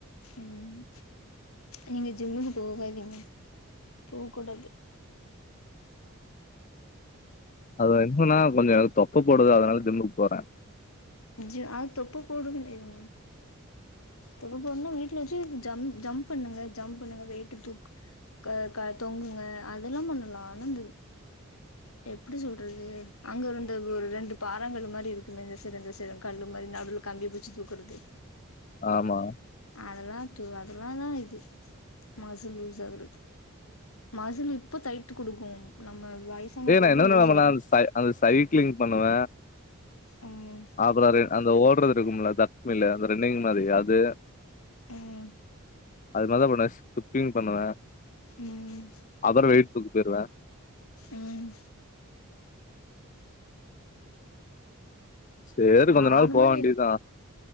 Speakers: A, on the left; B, on the left.
A: ம் நீங்க ஜிம்முக்கு போகாதீங்க போ கூடாது
B: அது என்னன்னா கொஞ்ச எனக் தொப்ப போடுது அதனால ஜும்முக்கு போறேன்
A: ஜ அ தொப்ப போடுதுனு வைங்க ப்ப போறன்னா வீட்டுல வச்சு ஜம் ஜம்ப் பண்ணுங்க ஜம்ப் பண்ணுங்க வெயிட்டு தூக் க தொங்குங்க அதெல்லாம் பண்ணலாம் ஆனா அ எப்படி சொல்றது அங்க இருந்த ஒரு ரெண்டு பாரங்கல் மாரி இருக்குமே இந்த சைடும் அந்த சைடு ம் கல் மாரி நடுவுல கம்பிய புடிச்சு தூக்குறது
B: ஆமா
A: அதெல்லா த அதெல்லா தான் இது மஸில் லூஸ் ஆவுது மஸில் இப்போ டையிட்டு குடுக்கும் நம்ம வயசான
B: ஏ
A: கருவு
B: நா என்னன்ன
A: லூஸ்
B: பண்ணல
A: ஆயிரு
B: அந்த அந்த சைகிளிங் பண்ண நவ
A: ம்
B: அப்றோ ரே அந்த ஓடுறது இருல தக்மல அந்த ரன்னிங் மாதிரி அது
A: ம்
B: அது மாதிதா பண்ணுவே ஸ்கிப்பிங் பண்ணுவே
A: ம்
B: அப்றோ வெயிட்டு தூக் போயிடுவே
A: ம்
B: சரி கொஞ்ச
A: நார்மல்
B: நாள் போக வேண்டியதா